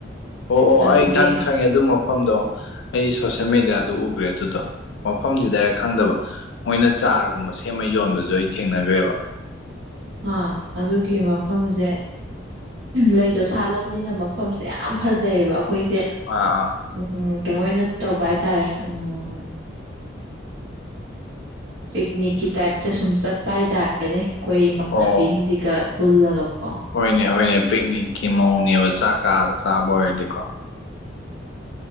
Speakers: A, on the left; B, on the right.
A: ꯑꯣ ꯑꯣ
B: ꯑꯗꯨꯒꯤ
A: ꯑꯩ ꯈꯪ ꯈꯪꯉꯦ ꯑꯗꯨ ꯃꯐꯝꯗꯣ ꯑꯩ ꯁꯣꯁꯦꯜ ꯃꯦꯗꯤꯌꯥꯗ ꯎꯈ꯭ꯔꯦ ꯑꯗꯨꯗꯣ ꯃꯐꯝꯗꯤ ꯗꯥꯏꯔꯦꯛ ꯈꯪꯗꯕ ꯃꯣꯏꯅ ꯆꯥꯔꯒꯨꯝꯕ ꯁꯦꯝꯃ ꯌꯣꯟꯕꯁꯨ ꯑꯩ ꯊꯦꯡꯅꯈ꯭ꯔꯦꯕ
B: ꯑ ꯑꯗꯨꯒꯤ ꯃꯐꯝꯁꯦ ꯂꯩꯗꯣ ꯁꯥꯠꯂꯕꯅꯤꯅ ꯃꯐꯝꯁꯦ ꯌꯥꯝ ꯐꯖꯩꯌꯦꯕ ꯑꯩꯈꯣꯏꯁꯦ
A: ꯑꯥ ꯑꯥ
B: ꯎꯝ ꯀꯩꯅꯣ ꯑꯣꯏꯅ ꯇꯧꯕ ꯍꯥꯏꯇꯥꯔꯦ ꯎꯝ ꯄꯤꯛꯅꯤꯛꯀꯤ ꯇꯥꯏꯞꯇ ꯁꯨꯝ ꯆꯠꯄ ꯍꯥꯏꯇꯥꯔꯦꯅꯦ ꯑꯩꯈꯣꯏ ꯏꯃꯥꯟꯅꯕꯤꯁꯤꯡꯁꯤꯒ
A: ꯑꯣ
B: ꯄꯨꯜꯂꯒꯀꯣ
A: ꯍꯣꯏꯅꯦ ꯍꯣꯏꯅꯦ ꯄꯤꯛꯅꯤꯛꯀꯤ ꯃꯑꯣꯡꯅꯦꯕ ꯆꯥꯛ ꯀꯥꯗ ꯆꯥꯕ ꯑꯣꯏꯔꯗꯤꯀꯣ